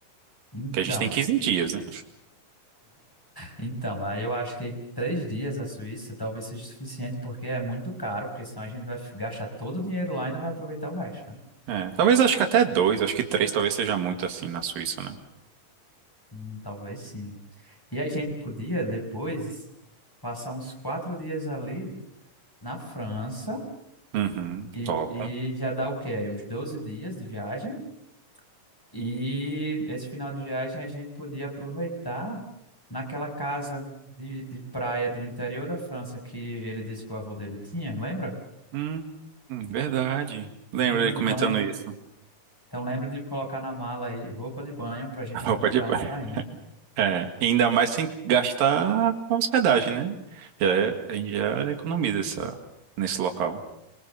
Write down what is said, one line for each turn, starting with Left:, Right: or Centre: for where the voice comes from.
Centre: Então.
Right: Que a gente tem 15 dias, né?
Centre: Então, aí eu acho que três dias à Suíça talvez seja suficiente, porque é muito caro, porque senão a gente vai gastar todo o dinheiro lá e não vai aproveitar o resto, né?
Right: É, talvez acho que até dois, acho que três talvez seja muito assim na Suíça, né?
Centre: Hum, talvez sim. E a gente podia depois passar uns quatro dias ali na França
Right: Uhum,
Centre: e,
Right: top.
Centre: e já dá o quê? Aí uns 12 dias de viagem. E esse final de viagem a gente podia aproveitar naquela casa de, de praia do interior da França que ele disse que o avô dele tinha, lembra?
Right: Hum, hum, verdade. Lembro
Centre: Hum,
Right: ele comentando
Centre: Então, lem-
Right: isso. <laughs>
Centre: Então lembra de colocar na mala aí roupa de banho para a gente
Right: A roupa
Centre: aproveitar
Right: de banho.
Centre: uma prainha.
Right: É, ainda mais sem gastar com hospedagem, né? Já, é- a gente já economiza essa, nesse local.